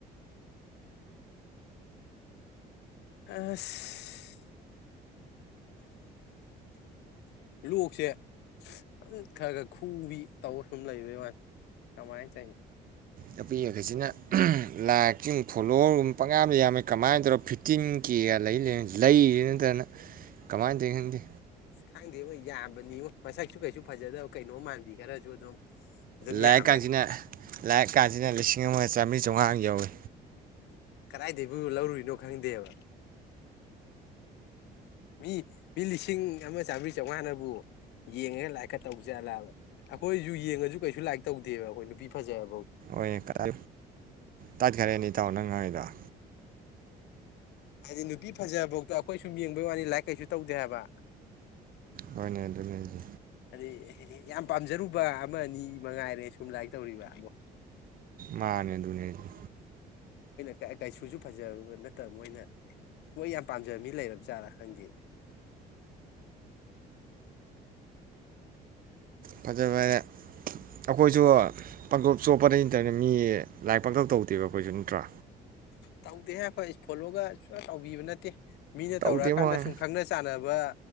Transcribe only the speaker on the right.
ꯅꯨꯄꯤꯃꯥꯈꯩꯁꯤꯅ ꯂꯥꯛ ꯆꯤꯡ ꯐꯣꯂꯣꯋꯔꯒꯨꯕ ꯄꯪꯌꯥꯝꯗ ꯌꯥꯝꯃꯦ ꯀꯃꯥꯏꯅ ꯇꯧꯔꯒ ꯐꯤꯐꯇꯤꯟ ꯀꯦꯒ ꯂꯩ ꯂꯩ ꯂꯩꯔꯤꯕ꯭ꯔꯥ ꯅꯠꯇꯅ ꯀꯃꯥꯏꯅ ꯇꯧꯏ ꯈꯪꯗꯦ
ꯂꯥꯏꯛ
ꯀꯁꯤꯅ ꯂꯥꯏꯛꯀꯁꯤꯅ ꯂꯤꯁꯤꯡ ꯑꯃ ꯆꯥꯝꯔꯤ ꯆꯝꯉꯥ ꯌꯧꯏ
ꯍꯣꯏ ꯀꯥꯏ ꯇꯥꯏꯠꯈꯔꯦꯅ‌ꯦ ꯏꯇꯥꯎ ꯅꯪꯉꯥꯡꯏꯗ‌ꯣ
ꯃꯅꯦ ꯑꯗꯨꯅꯦꯍꯥꯏꯖꯦ
ꯃꯥꯅꯦ ꯑꯗꯨꯨꯅꯦ ꯍꯥꯏꯖꯦ
ꯐꯖꯕꯔꯦ ꯑꯈꯣꯏꯁꯨ ꯄꯪꯆꯣꯞ ꯆꯣꯞꯄꯗꯤ ꯅꯠꯇꯕꯅꯤ ꯃꯤ ꯂꯥꯏꯛ ꯄꯥꯡꯇꯧ ꯇꯧꯗꯦꯕ ꯈ‌ꯣꯏꯖꯨꯟ ꯅꯠꯇ꯭ꯔꯥ
ꯇꯧꯗꯦ
ꯃꯣꯏ